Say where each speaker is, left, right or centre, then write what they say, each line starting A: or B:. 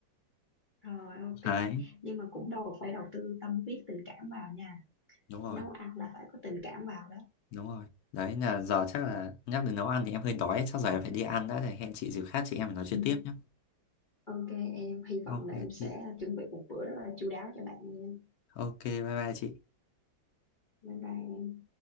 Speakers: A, on the left; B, on the left.
A: Rồi ok,
B: đấy
A: nhưng mà cũng đâu phải đầu tư tâm huyết tình cảm vào nha.
B: đúng rồi
A: Nấu ăn là phải có tình cảm vào đó.
B: đúng rồi đấy là giờ chắc là nhắc đến nấu ăn thì em hơi đói chắc giờ em phải đi ăn đã thì hẹn chị dịp khác chị em phải nói chuyện
A: Ừ.
B: tiếp nhé
A: Ok em, hy vọng
B: ok
A: là em sẽ
B: chị
A: chuẩn bị một bữa rất là chu đáo cho bạn nha em.
B: ok bye bye chị
A: Bye bye em.